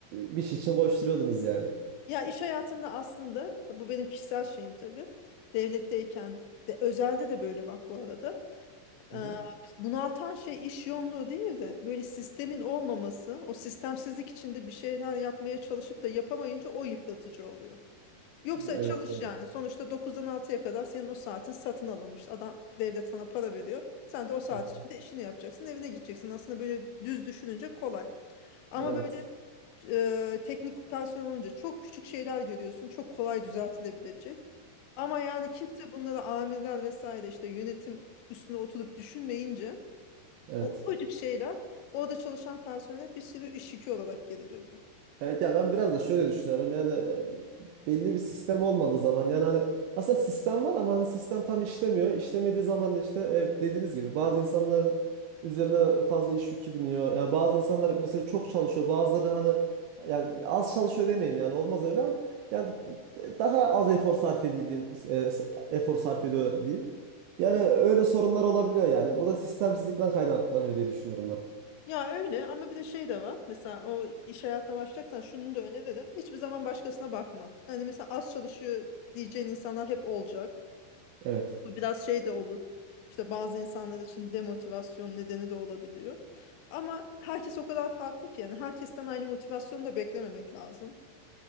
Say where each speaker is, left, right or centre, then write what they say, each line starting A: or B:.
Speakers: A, on the right (about 85°); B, on the left (about 80°).
A: e, bir şey için koşturuyordunuz yani.
B: Ya iş hayatında aslında bu benim kişisel şeyim tabii. Devletteyken de özelde de böyle bak bu arada.
A: Hı
B: Ee,
A: hı.
B: bunaltan şey iş yoğunluğu değil de böyle sistemin olmaması, o sistemsizlik içinde bir şeyler yapmaya çalışıp da yapamayınca o yıpratıcı oluyor. Yoksa
A: Evet
B: çalış
A: doğru.
B: yani. Sonuçta dokuzdan altıya kadar senin o saatin satın alınmış. Adam devlet sana para veriyor. Sen de o saat
A: Hı hı.
B: içinde işini yapacaksın, evine gideceksin. Aslında böyle düz düşününce kolay. Ama
A: Evet.
B: böyle e, teknik personel olunca çok küçük şeyler görüyorsun. Çok kolay düzeltilebilecek. Ama yani kimse bunları amirler vesaire işte yönetim üstüne oturup düşünmeyince
A: Evet.
B: o ufacık şeyler orada çalışan personele bir sürü iş yükü olarak geri dönüyor.
A: Evet ya ben biraz da şöyle düşünüyorum. Yani e, belli bir sistem olmadığı zaman yani hani aslında sistem var ama hani sistem tam işlemiyor. İşlemediği zaman da işte e, dediğiniz gibi bazı insanların üzerine fazla iş yükü biniyor. Yani bazı insanlar mesela çok çalışıyor. Bazıları hani yani az çalışıyor demeyeyim yani olmaz öyle ama yani daha az efor sarf ediyor diyeyim. e, efor sarf ediyor diyeyim. Yani öyle sorunlar olabiliyor yani. Bu da sistemsizlikten kaynaklanıyor diye düşünüyorum ben.
B: Ya öyle ama bir de şey de var. Mesela o iş hayatına başlayacaksan şunu da öneririm. Hiçbir zaman başkasına bakma. Hani mesela az çalışıyor diyeceğin insanlar hep olacak.
A: Evet.
B: Bu biraz şey de olur. İşte bazı insanlar için demotivasyon nedeni de olabiliyor. Ama herkes o kadar farklı ki yani herkesten aynı motivasyonu da beklememek lazım.